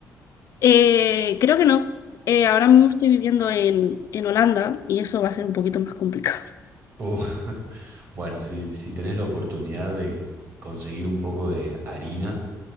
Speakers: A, on the left; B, on the right.
A: Eh, creo que no. Eh, ahora mismo estoy viviendo en, en Holanda y eso va a ser un poquito más complicado.
B: Uh, <laughs> bueno, si, si tenés la oportunidad de conseguir un poco de harina,